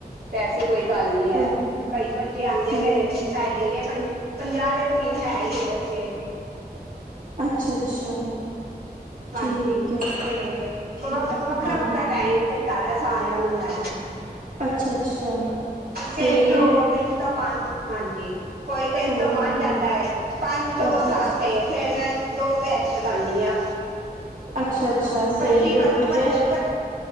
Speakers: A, on the right; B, on the right.
A: ਤੇ ਐਸੀ ਕੋਈ ਗੱਲ ਨਹੀਂ ਹੈ
B: ਹਾਂਜੀ,
A: ਕਈ ਬੱਚੇ ਆਉਂਦੇ
B: ਹਾਂਜੀ।
A: ਮੇਰੇ ਹੈਗੀ ਹੀ ਹੈ ਪੰਜ-ਪੰਜਾਹ ਦੇ ਕਰੀਬ ਹੈ ਹੀ ਹੈ ਬੱਚੇ
B: ਅੱਛਾ-ਅੱਛਾ।
A: ਹਾਂਜੀ,
B: ਠੀਕ ਹੈ
A: ਤੇ
B: ਠੀਕ
A: ਦੋ ਵੱਖਰਾ-ਵੱਖਰਾ ਟਾਈਮ ਬੀਤਾਣਾ ਹੈ ਸਾਰਿਆਂ ਨੂੰ ਮੈ
B: ਅੱਛਾ-ਅੱਛਾ।
A: ਤਿਨ-
B: ਸਹੀ ਹੈ
A: ਤਿਨ ਤੋ ਪਂਜ, ਹਾਂਜੀ। ਕੋਈ ਤਿੰਨ
B: ਹਾਂਜੀ
A: ਤੋਂ ਪੰਜ ਆਉਂਦਾ ਹੈ ਪੰਜ ਤੋਂ
B: ਅੱਛਾ-ਅੱਛਾ
A: ਸੱਤ ਫੇਰ ਮੈਂ ਦੋ ਬੈਚ ਲਗਾਉਂਦੇ ਹਾਂ,
B: ਅੱਛਾ-ਅੱਛਾ ਸਹੀ
A: ਪੱਚੀ-ਪੰਚੀ
B: ਹੈ ਵਧੀਆ
A: ਪਲ